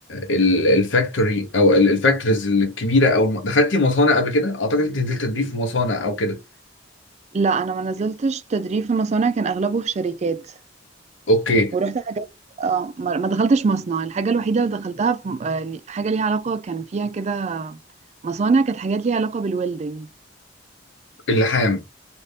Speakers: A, on the left; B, on the right.
A: ال- الفاكتوري او ال- الفاكتوريز الكبيره او الم... دخلتي مصانع قبل كده اعتقد انت نزلت تضيف مصانع او كده
B: لا انا ما نزلتش تدريب في مصانع كان اغلبه في شركات
A: اوكي
B: ورحت حاجات اه ما ما دخلتش مصنع الحاجة الوحيدة اللي دخلتها في م- آه، لي- حاجة ليها علاقة كان فيها كده مصانع كانت حاجات ليها علاقة بالويلدنج
A: اللحام